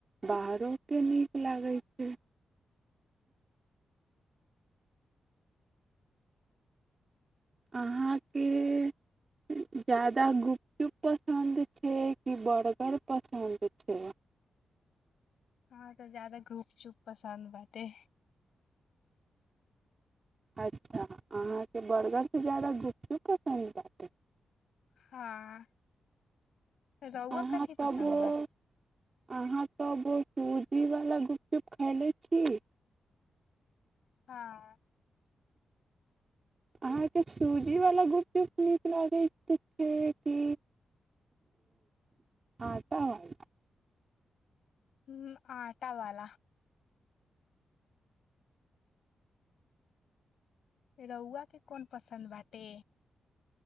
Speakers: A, on the right; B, on the left.
A: बाहरोके नीक लागै छै अहाँके जा्यादा गुपचुप पसन्द छै कि बर्गर पसन्द छै
B: हँ तऽ ज्यादा धुप चुप पसन्द बाते
A: अच्छा अहाँके बर्गरसँ ज्यादा गुखू पसन्द पतै
B: हँ रौआ
A: अहाँ
B: कथी
A: सब
B: पसन्द
A: अहाँ
B: बा
A: सब सूजीवालु चुप खैले छी
B: हँ
A: अहाँके सूजीवला गुपचुप नीक लागै तऽ छै कि आटावला
B: ह आ आटा वाल रौआ के कोन पसन्द बाटे